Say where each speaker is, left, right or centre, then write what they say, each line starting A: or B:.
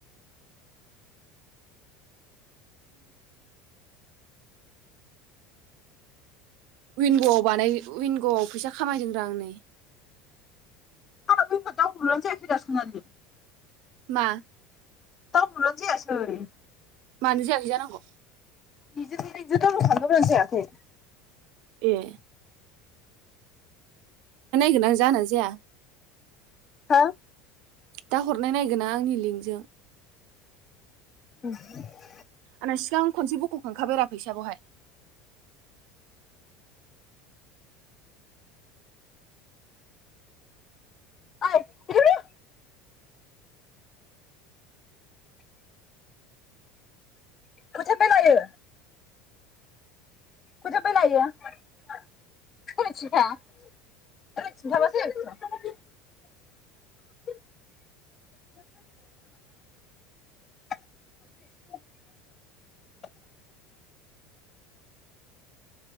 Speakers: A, on the right; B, on the left.
A: उिंग'आव बानाय उिंग'आव फैसा खामायदों रा आं नै।
B: आंना उइंग' दाउनलद जायाखै दा सनालि।
A: मा?
B: दाउनलड जायासै।
A: मानो जायाखै जानांग।
B: निजोमनिजों दाउनलड खालामबाबो जायाखै।
A: ए। दा नायगोन आं जागोनना जाया।
B: हो
A: दा हरनाय नायगोननां आंनि लिंकजों।
B: <inaudible>
A: आंना सिगां खनसे बख' खांखाबायरा फैसाखौहाय।
B: ऐ फैदो फैदो। फोथा बे लायो? <unintelligible>